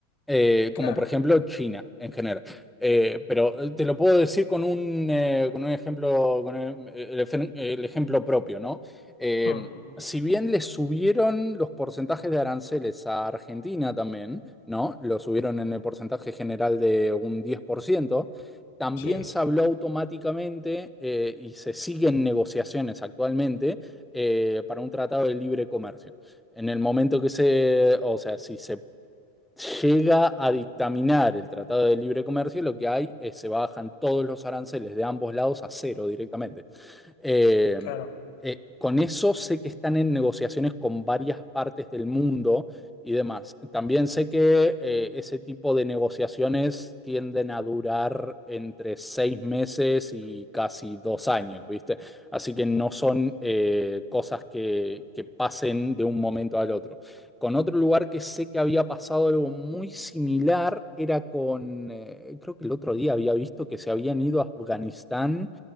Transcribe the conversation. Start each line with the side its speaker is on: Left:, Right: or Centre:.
Centre: Eh,
Left: claro.
Centre: como por ejemplo China en general. Eh, pero eh, te lo puedo decir con un, eh, con un ejemplo, con el, el efe- el ejemplo propio, ¿no? Eh,
Left: Mm,
Centre: si bien le subieron los porcentajes de aranceles a Argentina también, ¿no? Lo subieron en el porcentaje general de un diez por ciento también
Left: sí,
Centre: se habló automáticamente eh, y se siguen negociaciones actualmente eh, para un tratado de libre comercio. En el momento que se, o sea, si se llega a dictaminar el tratado de libre comercio, lo que hay es se bajan todos los aranceles de ambos lados a cero directamente. Eh,
Left: claro.
Centre: eh, con eso sé que están en negociaciones con varias partes del mundo y demás. También sé que eh, ese tipo de negociaciones tienden a durar entre seis meses y casi dos años, ¿viste? Así que no son eh, cosas que, que pasen de un momento al otro. Con otro lugar que sé que había pasado algo muy similar era con, eh, creo que el otro día había visto que se habían ido a Afganistán